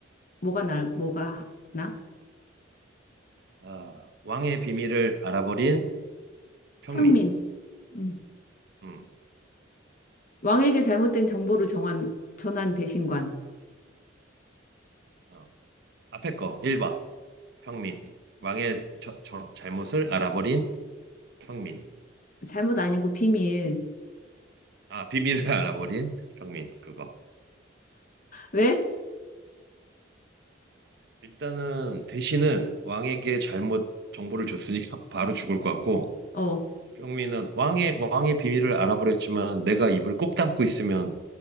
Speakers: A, on the left; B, on the right.
A: 뭐가 나, 뭐가 나?
B: 음. 아, 왕의 비밀을 알아버린 평민.
A: 상민. 음.
B: 음,
A: 왕에게 잘못된 정보를
B: 상-
A: 정한, 전한 대신관.
B: 어, 앞에 거 1번 평민. 왕의 저, 저- 잘못을 알아버린 평민.
A: 잘못 아니고 비밀.
B: 아, 비밀을 <laughs> 알아버린 평민. 그거.
A: 왜?
B: 일단은 대신은 왕에게 잘못 정보를 줬으니까 <laughs> 바로 죽을 것 같고,
A: 어,
B: 평민은 왕의 왕의 비밀을 알아버렸지만 내가 입을 꼭 담고 있으면